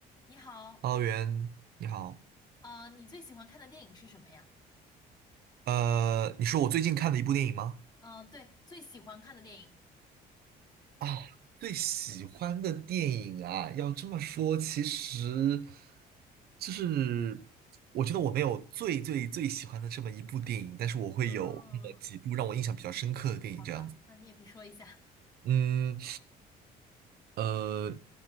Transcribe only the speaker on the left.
你好，
呃，你最喜欢看的电影是什么呀？
嗯，对，最喜欢看的电影。
哦，好的，那你也可以说一下。